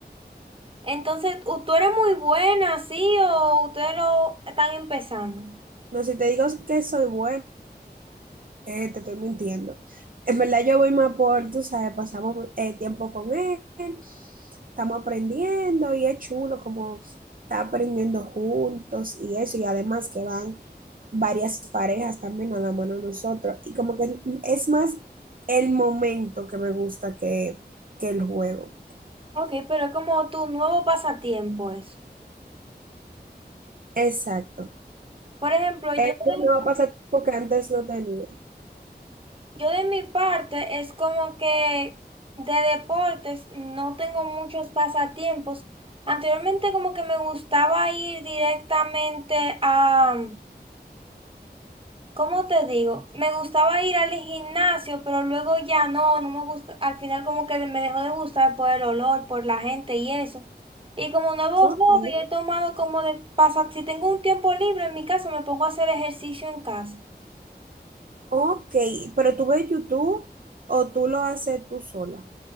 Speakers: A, on the right (about 30°); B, on the right (about 55°).
A: Entonces, ¿u- ¿tú eres muy buena, sí, o ustedes lo están empezando?
B: No, si te digo que soy buena, Eh, te estoy mintiendo. En verdad yo voy más por, tú sabes, pasamos eh, tiempo con él, estamos aprendiendo y es chulo como está aprendiendo juntos y eso, y además que van varias parejas también a la mano de nosotros, y como que es más el momento que me gusta que, que el juego.
A: Ok, pero es como tu nuevo pasatiempo eso.
B: Exacto.
A: Por ejemplo, yo
B: Es
A: de,
B: un nuevo pasatiempo que antes no tenía.
A: yo de mi parte es como que de deportes no tengo muchos pasatiempos. Anteriormente como que me gustaba ir directamente a, ¿Cómo te digo? Me gustaba ir al gimnasio, pero luego ya no, no me gusta. Al final como que me dejó de gustar por el olor, por la gente y eso. Y como nuevo
B: Ok.
A: hobby he tomado como de pasar, si tengo un tiempo libre en mi casa, me pongo a hacer ejercicio en casa.
B: Ok, pero tú ves YouTube o tú lo haces tú sola.